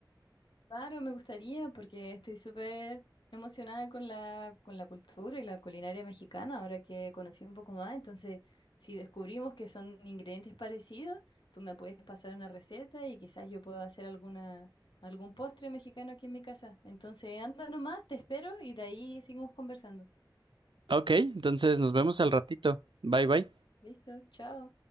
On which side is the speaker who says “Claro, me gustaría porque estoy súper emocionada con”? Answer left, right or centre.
Left